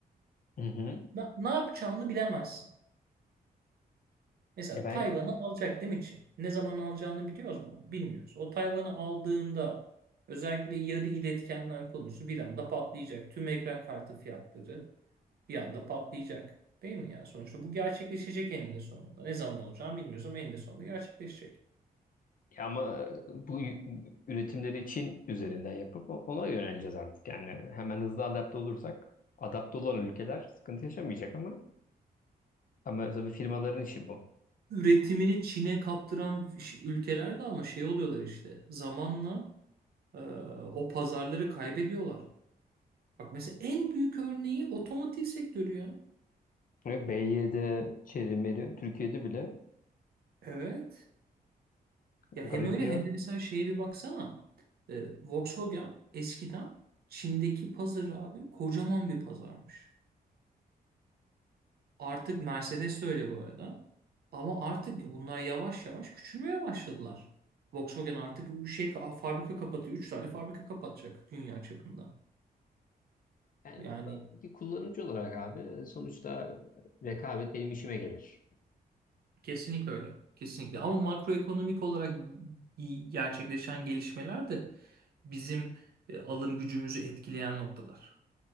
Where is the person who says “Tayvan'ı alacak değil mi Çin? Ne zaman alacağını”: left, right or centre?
Right